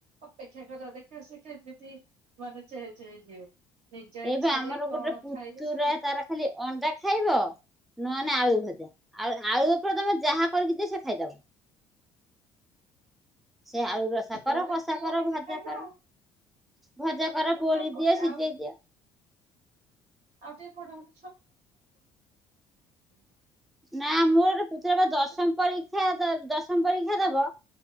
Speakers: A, on the right (about 65°); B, in the centre.
A: ଅପେକ୍ଷା କର ଦେଖିବା ସେ କେମିତି ମାନେହି ଯିବେ। ନିଜ ଇଚ୍ଛାରେ
B: ଏଇବା ଆମର
A: କଣ
B: ଗୋଟେ ପୁତୁରା
A: ଖାଇବ ସେମାନେ
B: ଖାଲି ଅଣ୍ଡା ଖାଇବ। ନହନେ ଆଳୁ ଭଜା ଆ ଆଳୁ ଉପରେ ତମେ ଯାହା କରିକି ଦି ସେ ଖାଇଦବ। ସେ ଆଳୁ ରସା କର
A: ଯୋଉଟା
B: କଷା
A: ପ୍ରିୟ
B: କର
A: ସେଇଟା
B: ଭଜା
A: ଖାଇବେ
B: କର
A: ଆଉ।
B: ଭଜା ଧର
A: ତମେ
B: ପୋଡ଼ି
A: ଜବ
B: ଦିଏ ସିଝେଇ
A: ଆଉ
B: ଦିଏ।
A: ଆଉ ଟିକେ ବଡ଼ <unintelligible>
B: ନା ମୋର ପୁତୁରାବା ଦଶମ
A: କଲେ
B: ପରୀକ୍ଷା ଦଶମ ପରୀକ୍ଷା ଦବ